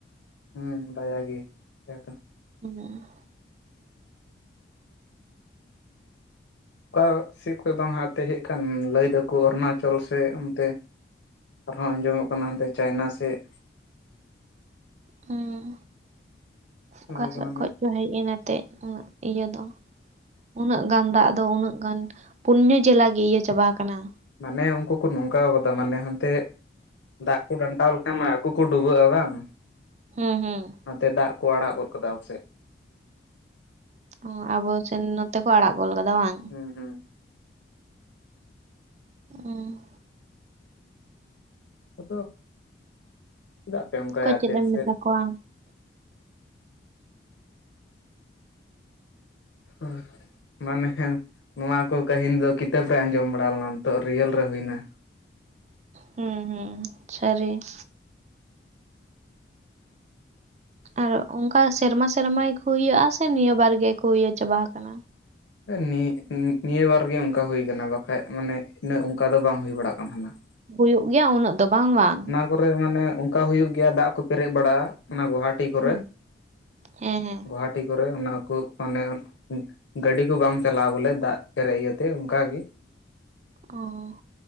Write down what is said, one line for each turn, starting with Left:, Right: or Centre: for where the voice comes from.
Left: ᱦᱩᱸ ᱫᱟᱭᱟ ᱜᱮ ᱮᱠᱫᱚᱢ ᱾
Right: ᱢᱮᱱᱟᱜ-ᱟ ᱾
Left: ᱚᱠᱟ ᱥᱮᱫ ᱠᱷᱚᱡ ᱵᱟᱝ ᱦᱟᱸᱜ ᱚᱛᱮ ᱦᱮᱡ ᱠᱟᱱ ᱞᱟᱹᱭ ᱫᱟᱠᱚ ᱚᱨᱩᱱᱟᱪᱚᱞ ᱥᱮ ᱚᱱᱛᱮ ᱟᱨᱦᱚᱸ ᱟᱸᱡᱚᱢᱚᱜ ᱠᱟᱱᱟ ᱚᱱᱛᱮ ᱪᱟᱭᱱᱟ ᱥᱮᱜ ᱾
Right: ᱦᱩᱸ ᱚᱠᱟ
Left: ᱚᱱᱟᱜᱮ
Right: ᱥᱮᱜ
Left: ᱢᱟᱱᱮ
Right: ᱠᱷᱚᱡ ᱪᱚ ᱦᱮᱡ ᱮᱱᱟ ᱮᱛᱮᱜ ᱩᱱᱟᱹᱜ ᱤᱭᱟᱹ ᱫᱚ ᱾ ᱩᱱᱟᱹᱜ ᱜᱟᱱ ᱫᱟᱜ ᱫᱚ ᱩᱱᱟᱹᱜ ᱜᱟᱱ ᱯᱩᱱᱧᱟᱹ ᱡᱮᱞᱟ ᱜᱮ ᱤᱭᱟᱹ ᱪᱟᱵᱟ ᱟᱠᱟᱱᱟ ᱾
Left: ᱢᱟᱱᱮ ᱩᱱᱠᱩ ᱠᱚ ᱱᱚᱝᱠᱟᱣ ᱠᱟᱫᱟ ᱢᱟᱱᱮ ᱦᱟᱱᱛᱮ ᱫᱟᱜ ᱠᱩ ᱰᱟᱱᱴᱟᱣ ᱞᱮᱠᱷᱟᱱ ᱢᱟ ᱟᱹᱠᱩ ᱠᱚ ᱰᱩᱵᱟᱹᱜᱼᱟ ᱵᱟᱝ?
Right: ᱦᱩᱸ ᱦᱩᱸ
Left: ᱚᱱᱟᱛᱮ ᱫᱟᱜ ᱠᱩ ᱟᱲᱟᱜ ᱜᱚᱫ ᱠᱟᱫᱟ ᱟᱵᱥᱮᱜ ᱾
Right: ᱚ ᱟᱵᱚ ᱥᱮᱱ ᱱᱚᱛᱮ ᱠᱚ ᱟᱲᱟᱜ ᱜᱚᱞ ᱠᱟᱫᱟ ᱵᱟᱝ?
Left: ᱦᱩᱸ ᱦᱩᱸ
Right: ᱩᱸ
Left: ᱟᱫᱚ ᱪᱮᱫᱟᱜ ᱯᱮ ᱚᱱᱠᱟᱭᱟ
Right: ᱚᱠᱚᱭ
Left: ᱟᱛᱮᱜ
Right: ᱪᱮᱫ
Left: ᱥᱮ
Right: <unintelligible>
Left: ᱦᱳᱭ ᱢᱟᱱᱮ ᱦᱮᱸ ᱱᱚᱣᱟ ᱠᱚ ᱠᱟᱹᱦᱤᱱ ᱫᱚ ᱠᱤᱛᱟᱹᱵ ᱨᱮ ᱟᱸᱡᱚᱢ ᱵᱟᱲᱟ ᱞᱮᱱᱟ ᱱᱤᱛᱚᱜ ᱨᱤᱭᱮᱞ ᱨᱮ ᱦᱩᱭᱱᱟ ᱾
Right: ᱦᱩᱸ ᱦᱩᱸ ᱥᱟᱹᱨᱤ ᱾ ᱟᱨ ᱚᱱᱠᱟ ᱥᱮᱨᱢᱟ ᱥᱮᱨᱢᱟ ᱜᱮᱠᱚ ᱤᱭᱟᱹᱜ-ᱟ ᱥᱮ ᱱᱤᱭᱟᱹ ᱵᱟᱨ ᱜᱮᱠᱚ ᱤᱭᱟᱹ ᱪᱟᱵᱟ ᱟᱠᱟᱱᱟ ᱾
Left: ᱱᱤᱜ ᱱᱤ ᱱᱤᱭᱟᱹ ᱵᱟᱨ ᱜᱮ ᱚᱱᱠᱟ ᱦᱩᱭ ᱠᱟᱱᱟ ᱵᱟᱠᱷᱟᱡ ᱢᱟᱱᱮ ᱤᱱᱟᱹᱜ ᱚᱱᱠᱟ ᱫᱚ ᱵᱟᱝ ᱦᱩᱭ ᱵᱟᱲᱟᱜ ᱠᱟᱱ ᱛᱟᱦᱮᱱᱟ ᱾
Right: ᱦᱩᱭᱩᱜ ᱜᱮᱭᱟ ᱩᱱᱟᱹᱜ ᱫᱚ ᱵᱟᱝ ᱵᱟᱝ ᱾
Left: ᱯᱚᱨᱮ ᱢᱟᱱᱮ ᱚᱱᱠᱟ ᱦᱩᱭᱩᱜ ᱜᱮᱭᱟ ᱫᱟᱜ ᱠᱚ ᱯᱮᱨᱮᱡ ᱵᱟᱲᱟᱜᱼᱟ ᱚᱱᱟ ᱜᱷᱟᱴ ᱴᱤ ᱠᱚᱨᱮ
Right: ᱦᱩᱸ ᱦᱮᱸ ᱦᱮᱸ
Left: ᱜᱚᱦᱟᱴᱤ ᱠᱚᱨᱮ ᱚᱱᱟ ᱠᱚ ᱚᱱᱮ <unintelligible> ᱜᱟᱹᱰᱤ ᱠᱚ ᱵᱟᱝ ᱪᱟᱞᱟᱜᱼᱟ ᱵᱚᱞᱮ ᱫᱟᱜ ᱯᱮᱨᱮᱡ ᱤᱭᱟᱹᱛᱮ ᱚᱱᱠᱟ ᱜᱤ ᱾
Right: ᱚ